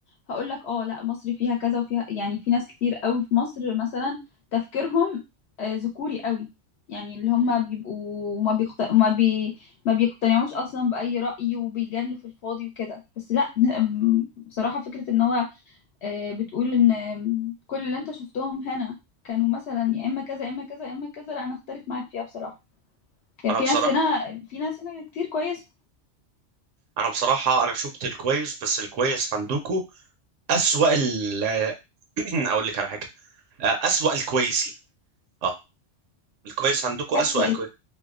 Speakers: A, on the left (about 70°); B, on the right (about 90°).
A: هقول لك اه لا مصر فيها كذا وفيها يعني في ناس كتير قوي في مصر مثلا تفكيرهم آه، ذكوري قوي يعني اللي هم بيبقوا ما بيقت... ما, بي... ما بيقتنعوش اصلا بأي رأي وبيجادلوا في الفاضي وكده بس لا ن- بصراحة فكرة ان هو آه، بتقول ان آم، كل اللي انت شفتهم هنا كانوا مثلا يا اما كذا يا اما كذا يا اما كذا لا انا اختلف معاك فيها بصراحة كان
B: انا
A: في
B: بصراحه
A: ناس هنا في ناس هنا كتير كويسة
B: انا بصراحه انا شفت الكويس بس الكويس عندكم اسوأ ال <clears throat> اقول لك على حاجه آه، اسوأ الكويسين اه الكويس عندكم
A: أسوأ
B: اسوأ الكويس